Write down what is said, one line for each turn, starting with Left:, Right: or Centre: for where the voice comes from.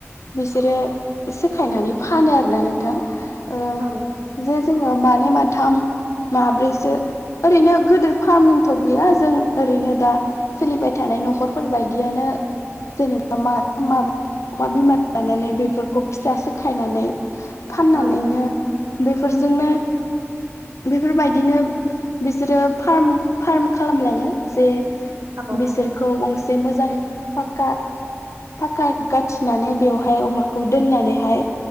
Left: बिसोरो सखायनानै फानो आरोना नोंथां ओ
Right: औ
Left: जे जोङो मानै माथाम माब्रैसो ओरैनो गिदिर फार्मथ' गैया जों ओरैनो दा सोलिबाय थानाय न'खर बेफोरबायदियानो जेनेबा माथाम माब्रै अमा बिमा लानानै बेफोरखौ फिसा सो सिखायनानै फाननानैनो
Right: औ
Left: बेफोरजोंनो बेफोरबायदिनो बिसोरो फार्म फार्म खालामलाङो जे
Right: औ
Left: बिसोरखौ गंसे मोजां फाक्का फाक्का गाथिनानै बेवहाय अमाखौ दोननानैहाय